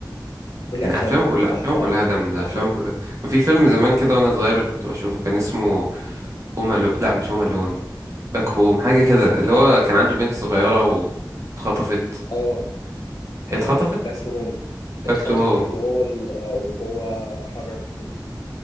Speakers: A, on the left; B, on the right.
A: كل
B: يعني
A: افلامه
B: افلامه كلها
A: تحفه
B: افلامه كلها جامدة
A: افلامه
B: افلامه كلها كان في فيلم زمان كده وانا صغير اللي كنت بشوفه كان اسمه هوم لو... لا مش هوم لون باك هوم حاجة كده اللي هو كان عنده بنت صغيرة واتخطفت
A: اه
B: هي
A: اه
B: اتخطفت
A: باك تو هوم اتخطفت
B: باك تو هوم
A: وهو ال... او هو حرر بنت